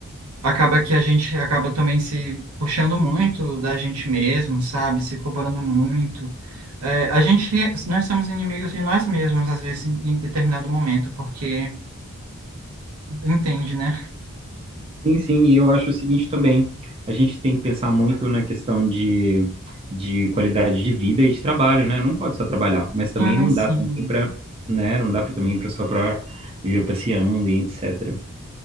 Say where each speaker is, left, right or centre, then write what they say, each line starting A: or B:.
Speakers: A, on the right; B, on the right.
A: acaba que a gente acaba também se puxando muito da gente mesmo, sabe? Se cobrando muito. É, a gente, nós somos inimigos de nós mesmos, às vezes, em determinado momento, porque entende, né?
B: Sim, sim, e eu acho o seguinte também, a gente tem que pensar muito na questão de, de qualidade de vida e de trabalho, né? Não pode só trabalhar, mas
A: Sim,
B: também não
A: sim,
B: dá também para, né? Não dá para também para só para viver passeando e etc.